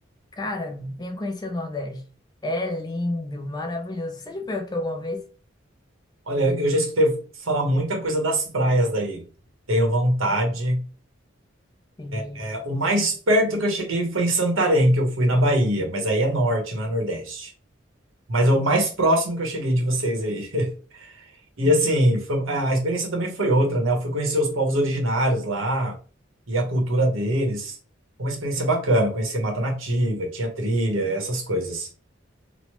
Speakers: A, on the left (about 20°); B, on the right (about 85°).
A: cara, venha conhecer o Nordeste. É lindo, maravilhoso. Você já veio aqui alguma vez?
B: Olha, eu já escutei falar muita coisa das praias daí. Tenho vontade.
A: Sim.
B: É, o mais perto que eu cheguei foi em Santarém, que eu fui na Bahia, mas aí é norte, não é nordeste. Mas é o mais próximo que eu cheguei de vocês aí. <laughs> E assim, foi- a experiência também foi outra, né? Eu fui conhecer os povos originários lá e a cultura deles. Foi Uma experiência bacana, conheci mata nativa, tinha trilha, essas coisas.